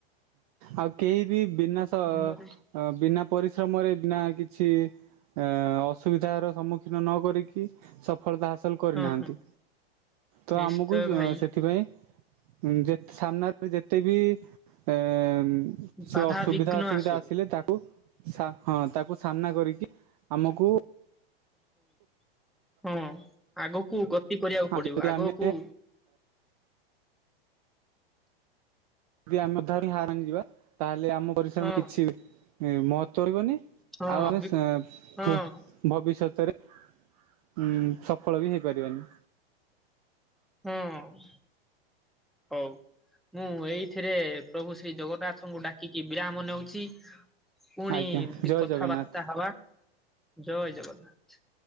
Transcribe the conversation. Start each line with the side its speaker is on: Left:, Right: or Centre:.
Right: ଆଉ କେହି ବି ବିନାଶ
Centre: ତମରି।
Right: ହଁ ବିନା ପରିଶ୍ରମରେ ନା କିଛି ଏ ଅସୁବିଧାର ସମ୍ମୁଖୀନ ନ କରିକି ସଫଳତା ହାସଲ କରିନାହାନ୍ତି
Centre: ହଁ ହଁ
Right: ତ
Centre: ନିଶ୍ଚୟ
Right: ଆମକୁ
Centre: ଭାଇ
Right: ସେଥିପାଇଁ ହୁଁ ଯେତ୍ ସାମ୍ନାରେ ଯେତେ ବି ଏଁ ସ୍ୱ
Centre: ବାଧା
Right: ସୁବିଧା
Centre: ବିଘ୍ନ
Right: ଅସୁବିଧା
Centre: ଆସୁ
Right: ଆସିଲେ ତାକୁ ସା ହଁ ତାକୁ ସାମ୍ନା କରିକି ଆମକୁ
Centre: ହଁ ଆଗକୁ ଗତି କରିବାକୁ
Right: ଆଉ
Centre: ପଡିବ
Right: ଯଦି
Centre: ଆଗକୁ
Right: ଆମେ ଯଦି ଆମେ ତାହା ଲେ ହାରାମ୍ ନିଯିବା ତାହେଲେ ଆମ ପରିଶ୍ରମ
Centre: ହଁ
Right: କିଛି ମହତ୍ୱ ରହିବନି।
Centre: ହଁ
Right: ଆଉ ଆମେ
Centre: ବି
Right: <unintelligible>
Centre: ହଁ
Right: ଭବିଷ୍ୟତରେ ଉଁ ସଫଳତା ବି ହେଇପାରିବାନି।
Centre: ହୁଁ ହଉ। ମୁଁ ଏଇଥିରେ ପ୍ରଭୁ ଶ୍ରୀ ଜଗନ୍ନାଥଙ୍କୁ ଡାକିକି ବିରାମ ନେଉଚି। ପୁଣି
Right: ଆଜ୍ଞା ଜୟ
Centre: କଥାବାର୍ତା
Right: ଜଗନ୍ନାଥ।
Centre: ହେବା ଜୟ ଜଗନ୍ନାଥ।